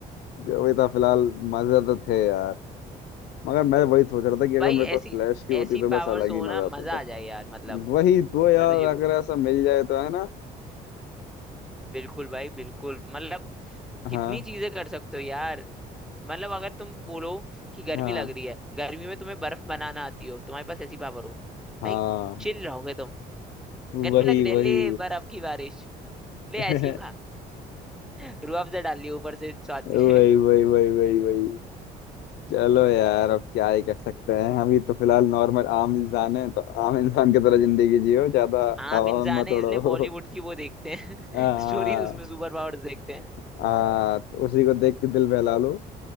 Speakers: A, on the left; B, in the centre.
A: वही था फिलहाल मजे तो थे यार मगर मैं वही सोच रहा था कि अगर
B: भाई
A: मेरे पास
B: ऐसी
A: फ्लैश की होती
B: ऐसी
A: तो बस
B: पावर्स
A: अलग
B: हो
A: ही मजा
B: ना मजा
A: आता था
B: आ जाए यार मतलब
A: वही तो यार
B: मैं तो ये
A: अगर
B: बोलूँ
A: ऐसा मिल जाए तो है ना
B: बिल्कुल भाई बिल्कुल मतलब कितनी
A: हाँ
B: चीजें कर सकते हो यार मतलब अगर तुम बोलो कि गर्मी
A: हाँ
B: लग रही है गर्मी में तुम्हें बर्फ बनाना आती हो तुम्हारे पास ऐसी पावर हो
A: हाँ
B: भाई चिल रहोगे तुम
A: वही
B: गर्मी लग रही
A: वही
B: है ले बर्फ की बारिश
A: <laughs>
B: ले आइसक्रीम
A: वही
B: खा <laughs> रूह अफ़ज़ा डाल लियो ऊपर से स्वाद के
A: वही
B: लिए
A: वही वही वही चलो यार अब क्या ही कर सकते हैं हम ये तो फिलहाल नॉर्मल आम इंसान है तो आम इंसान की तरह जिंदगी जियो ज्यादा
B: <laughs> आम
A: हवा
B: इंसान
A: में मत
B: है
A: उड़ो
B: इसलिए बॉलीवुड की वो देखते हैं
A: <laughs>
B: <laughs>
A: आ,
B: स्टोरीज उसमें सुपर पावर्स देखते
A: आ, तो उसी को देख के दिल बहला लो